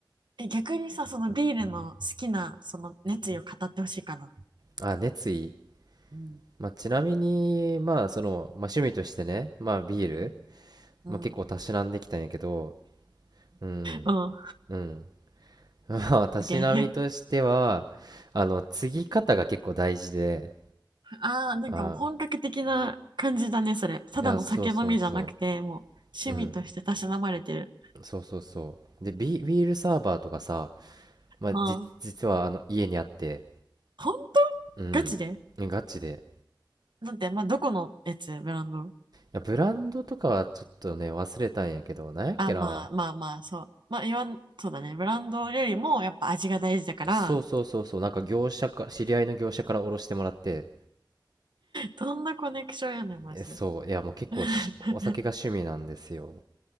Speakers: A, on the right (about 75°); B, on the right (about 55°).
A: え、逆にさ、そのビールの好きな、その熱意を語ってほしいかな。
B: あ熱意
A: うん。
B: まあちなみにまあその、まあ、趣味としてねまあビール、
A: うん。うん。
B: まあ、結構たしなんできたんやけどうん
A: うん
B: うん <laughs> まあたしなみとしてはあの継ぎ方が結構大事で
A: OK <laughs> ああ、なんかもう本格的な感じだね、
B: ああ
A: それ。ただの酒飲みじゃなくて、
B: いやそうそうそ
A: もう趣味としてたしなまれてる。
B: ううんそうそうそうでビ、ビールサーバーとかさ、まあ、
A: うん。
B: じ実はあの家にあって
A: 本当
B: うんガチで
A: ガチでなんて、まあ、どこのやつブランド
B: や、ブランドとかはちょっとね、忘れたんやけど、なんやっけな。
A: あ、まあまあまあ、そう。まあ、言わん、そうだね。ブランドよりもやっぱ味が大事だから、
B: そうそうそうそう、なんか業者か、知り合いの業者からおろしてもらって、
A: どんなコネクションやねん、マジで。
B: え、そう、いや、もう結構し、
A: <laughs>
B: お酒が趣味なんですよ。